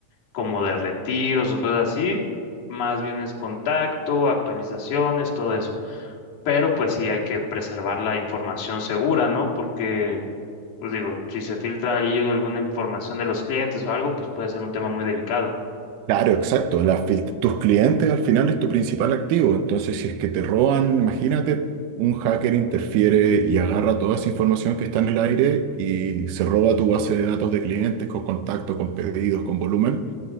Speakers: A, on the left; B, on the right.
A: como de retiros o cosas así, más bien es contacto, actualizaciones, todo eso pero pues sí hay que preservar la información segura, ¿no? Porque, pues digo, si se filtra ahí alguna información de los clientes o algo, pues puede ser un tema muy delicado.
B: Claro, exacto. la fil- tus clientes al final es tu principal activo. Entonces, si es que te roban, imagínate, un hacker interfiere y agarra toda esa información que está en el aire y se roba tu base de datos de clientes con contacto, con pedidos, con volumen.